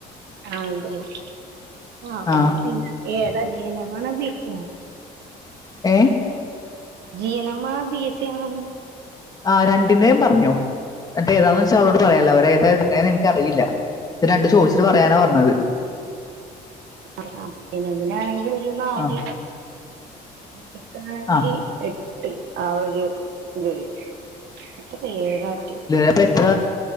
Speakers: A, on the right; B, on the left.
A: <unintelligible>
B: ആ ഏ.
A: ജി എൻ എം ആണോ, ബി എസ് സി ആണോ.
B: ആഹ് രണ്ടിന്റെേയും പറഞ്ഞു എന്നിട്ടേ ഏതാന്ന് വെച്ചാ അവളോട് പറയാലോ അവര് ഏതാ എടുക്കണേന്ന് എനിക്കറിയില്ല. ഇത് രണ്ട് ചോദിച്ചിട്ട് പറയാനാ പറഞ്ഞത്.
A: ആ ജി എൻ എം നാണെങ്കിൽ ഒരു നാല്.
B: ആ
A: മറ്റതാണെങ്കി
B: ആ
A: എട്ട് ആ ഒരു ഇതാരിക്കും <unintelligible>
B: അപ്പൊ എത്ര